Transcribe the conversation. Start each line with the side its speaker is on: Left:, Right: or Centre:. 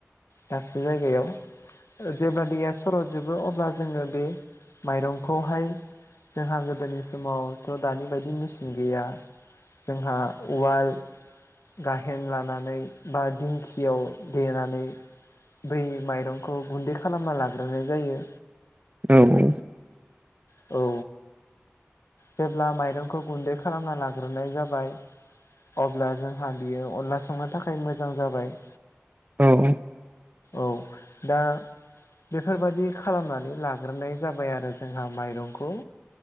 Left: दाबसे जायगायाव। जेब्ला दैया सर'जोबो अब्ला जोङो बे माइरंखौहाय जोंहा गोदोनि समावथ' दानि बायदि मेचिन गैया जोंहा उवाल गाहेन लानानै बा दिंखियाव देनानै। बै माइरंखौ गुन्दै खालामना लाग्रोनाय जायो।
Right: औ औ
Left: औ जेब्ला माइरंखौ गुन्दै खालामना लाग्रोनाय जाबाय अब्ला जोंहा बियो अनला संनो थाखाय मोजां जाबाय
Right: औ
Left: औ दा बेफोरबायदि खालामनानै लाग्रोनाय जाबाय आरो जोंहा माइरंखौ।